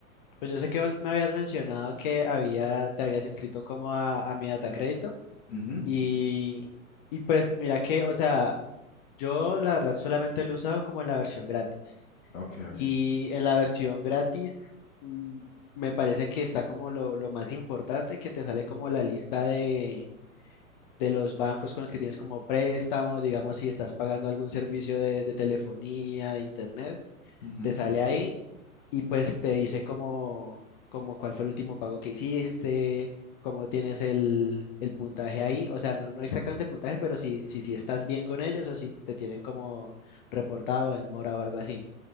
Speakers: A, on the left (about 35°); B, on the left (about 60°).
A: Pues yo sé que vos me habías mencionado que había, te habías inscrito como a, a mi datacrédito,
B: Ujú.
A: y,
B: Sí.
A: y pues mira que, o sea, yo la verdad solamente lo he usado como en la versión gratis.
B: Ok, ok.
A: Y en la versión gratis, mm, me parece que está como lo, lo más importante, que te sale como la lista de, de los bancos con los que tienes como préstamo, digamos si estás pagando algún servicio de, de telefonía, de internet,
B: Ujú.
A: te sale ahí y pues te dice como, como cuál fue el último pago que hiciste, cómo tienes el, el puntaje ahí, o sea, no, no exactamente el puntaje, pero si, si, si estás bien con ellos o si te tienen como reportado en mora o algo así.